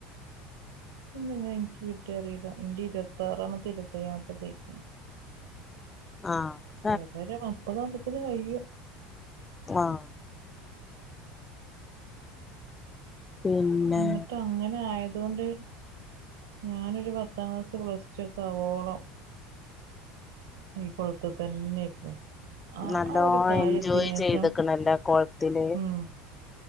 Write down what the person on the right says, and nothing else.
പിന്നെ എ ങ്ങനെ എനിക്ക് കിട്ടി അറിയില്ല എന്റെ ഇരുപത്താറാമത്തെ ഇരുത്തെ യ്യാമത്തെ കയിക്ക്ണ്.
ഏതാലും അപ്പതാമ്പത്തിന് കയ്യും
എന്നിട്ട് അങ്ങനെ ആയതുകൊണ്ട് ഞാനൊരു പത്താം ക്ലാസ് പ്ലസ്ടു ഒക്കെ ആവോളം ഈ കുളത്ത തന്നയിരുന്നു
ആ ഒരു പ്രായത്തിനേഷം
ഉം